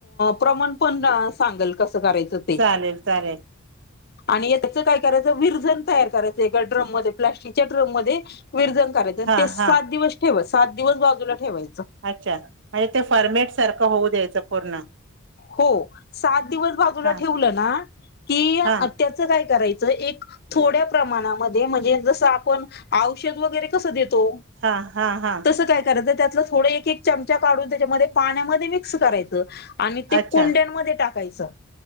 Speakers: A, on the left; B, on the right.
A: प्रमाण पण सांगेल कसं करायचं ते
B: चालेल चालेल.
A: आणि त्याचं काय करायचं विरझन तयार करायचं एका ड्रममध्ये प्लास्टिक च्या ड्रममध्ये विरझन करायचं आणि
B: हा
A: ते सात
B: हा
A: दिवस ठेव सात दिवस बाजूला ठेवायचं.
B: अच्छा, म्हणजे ते फरमेट सारखं होऊ द्यायचं पूर्ण.
A: हो सात दिवस बाजूला
B: हा
A: ठेवलं ना की आ
B: हा
A: त्याचं काय करायचं एक थोड्या प्रमाणामध्ये म्हणजे जसं आपण औषध वगैरे कसं देतो
B: हा हा हा.
A: स काय करायचं त्यात थोडं एक एक चमचा काढून त्याच्यामध्ये पाण्यामध्ये मिक्स करायचं आणि ते
B: अच्छा
A: कुंड्यांमध्ये टाकायचं.